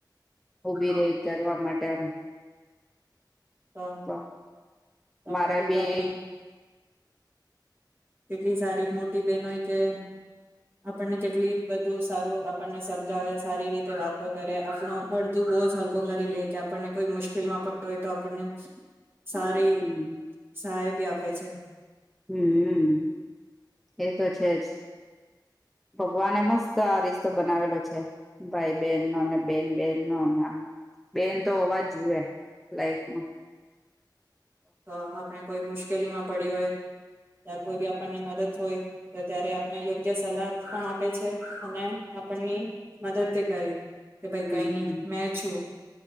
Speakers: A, in the centre; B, on the right.
A: ઉબીરે.
B: અ
A: કરવા માટે આમ.
B: અ
A: તો
B: અ
A: મારા
B: એ
A: બી
B: તો આપણી કેટલી સારી મોટી બેહેન હોય કે આપણને કેટલી બધું સારું, આપણને સમજાવે સારી રીતે વાતો કરે, આપણો અડધું બોજ જ હલકો કરી લે, કે આપણને કોઈ મુશ્કેલમાં પડ હોય તો આપણને સારી
A: હમ
B: સાહેબ બી આપે છે.
A: હમ્મ, હમ્મ, એ તો છેજ. ભગવાનએ મસ્ત આ રિસ્તો બનાવેલો છે, ભાઈ બેહેન નો, ને બેન બેન નો ને આમ. બેન તો હોવાજ જોુએ લાઈફમાં
B: તો આપણે કોઈ મુશ્કેલી માં પડિયો હોય, ત્યા કોઈ બી આપણને મદદ હોય, તો ત્યારે આપને યોગ્ય સલાહ પણ આપે છે અને આપણની મદદ ભી કરી કે ભાઈ
A: હમ
B: કઈ નઈ, મેં છું.